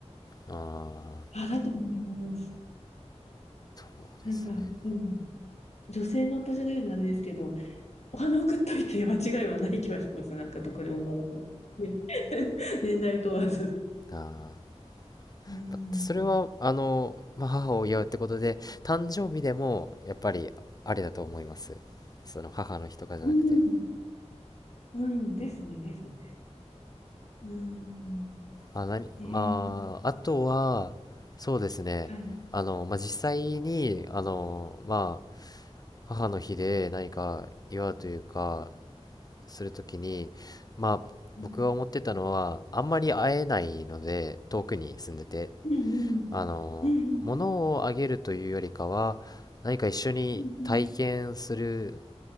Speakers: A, on the left; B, on the left.
A: ああ、
B: あ、だと思います。
A: そうですね。
B: なんか、うん、女性の私が言うのあれですけど、お花送っといて間違いはない気はします。なんか特に女の子ね <laughs> 年代問わず。
A: ああ。
B: うーん。
A: まそれは、あの、まあ、母を祝うってことで、誕生日でも、やっぱり、あれだと思います。その、母の日とかじゃなくて。
B: うん。うん。ですね、ですね。うーん。
A: あ、なに、
B: ねえ。
A: まあ、あとは、そうですね。
B: はい。
A: あの、まあ、実際に、あの、まあ、母の日で何か祝うというか、するときに、まあ、
B: うん。
A: 僕が思ってたのは、あんまり会えないので、遠くに住んでて、
B: うんうん。
A: あの、
B: うんうん。
A: 物をあげるというよりかは、何か一緒に体験する
B: うんうん。